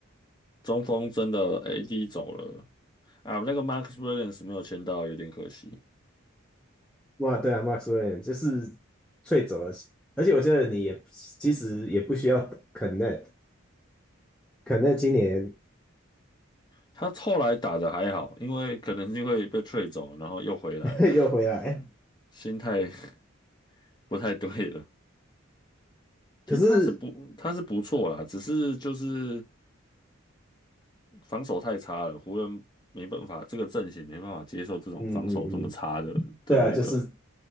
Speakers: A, on the left; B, in the centre.
A: 中锋真的 AD 走了啊，那个 Max Williams 没有签到，有点可惜。
B: 哇，对啊，Max w i l l i a m 就是最走的，而且我觉得你也其实也不需要 Connect，Connect 今年
A: 他后来打的还好，因为可能是因为被吹走，然后又回来了，
B: <laughs> 又回来，
A: <laughs> 心态 <laughs> 不太对了。其实他是不他是不错啦，
B: 可是
A: 只是就是防守太差了，湖人没办法，这个阵型没办法接受这种防守这么差的的那个，
B: 嗯嗯嗯，对啊，就是